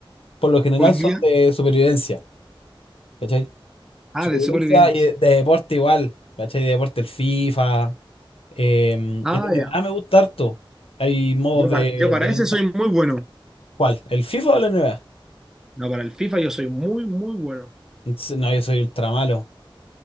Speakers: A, on the left; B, in the centre.
A: por lo general
B: hoy día.
A: son de supervivencia. ¿cachai?
B: Ah,
A: Su
B: de
A: vivencia
B: supervivencia.
A: y de, de deporte igual, ¿cachai? De deporte, el FIFA, em,
B: Ah,
A: el NBA
B: ya.
A: me gusta harto. Hay modos
B: Yo
A: de,
B: para, yo para
A: del
B: ese
A: NBA.
B: soy muy bueno.
A: ¿Cuál? ¿El FIFA o el NBA?
B: No, para el FIFA yo soy muy, muy bueno.
A: Dice, No, yo soy ultra malo.